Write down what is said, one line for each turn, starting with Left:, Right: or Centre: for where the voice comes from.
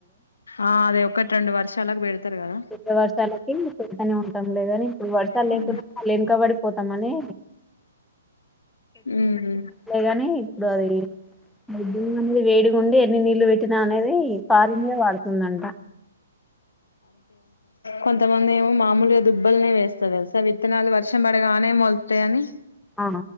Left: ఆ అదే ఒకటి రెండు వర్షలాకు పెడతారు కదా
Centre: పెద్ద వర్షాలకి పెడతానే ఉంటాం లేదని ఇప్పుడు వర్షాలు
Left: <unintelligible>
Centre: లేకుండా మళ్ళీ వెనకబడిపోతామని
Left: ఉ ఊ
Centre: అంతే గానీ ఇప్పుడు అది <inaudible> వేడిగుండి ఎన్ని నీళ్లు పెట్టి <unintelligible> అనేది పారింగ్ ఏ వాడుతుందంట
Left: కొంతమంది ఏమో మామలుగా దుబ్బలనే వేస్తారు తెలుసా విత్తనాలు వర్షం పడగానే మోల్ తాయని
Centre: ఆ